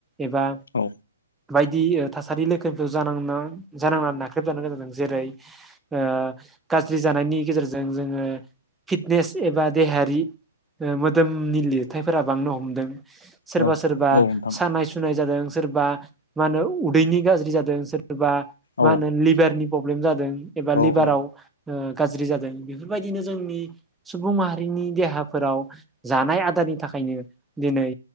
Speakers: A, in the centre; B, on the left.
A: एबा
B: औ
A: बायदि थासारि लोगो जांनानै नाख्रेबजानो गोनां जादों जेरै ओ गाज्रि जानायनि। गेजेरजों जोङो फिटनेस एबा देहायारि मोदोमनि लिरथायफोरा बांनो हमदों ।सोरबा
B: औ
A: सोरबा
B: औ नोंथां
A: सानाय सु सुनाय जादों सोरबा मा होनो उदैनि गाज्रि जादों सोरबा
B: औ
A: मा होनो लिभारनि प्रब्लेम जादों एबा
B: औ
A: लिभाराव
B: औ
A: गाज्रि जादों ।बेफोरबायदिनो जोंनि सुबुं माहारिनि देहाफोराव जानाय आदारनि थाखायनो दिनै